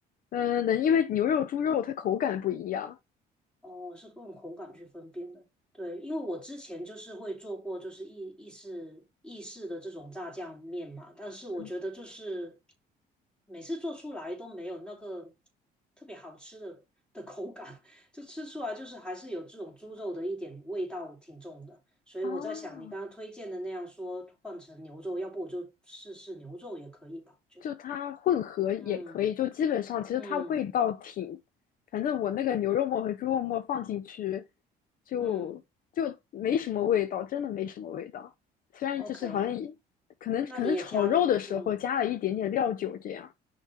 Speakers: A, on the left; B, in the centre.
A: 嗯、能，因为牛肉、猪肉它口感不一样。
B: 哦，是用口感去分辨的。对，因为我之前就是会做过，就是意意式意式的这种炸酱面嘛，但是我觉得就是
A: 嗯
B: 每次做出来都没有那个特别好吃的的口感，<laughs> 就吃出来就是还是有这种猪肉的一点味道挺重的。所以我在想，
A: 啊，
B: 你刚刚推荐的那样说换成牛肉，要不我就试试牛肉也可以吧？我觉得，
A: 就它混合也可以，
B: 嗯
A: 就基本上其实它味道挺，
B: 嗯
A: 反正我那个牛肉末和猪肉末放进去就就没什么味道，
B: 嗯
A: 真的没什么味道。虽然就是好像也可能可能炒肉的时候加了一点点料酒这样。
B: ，OK，那你也加了，嗯。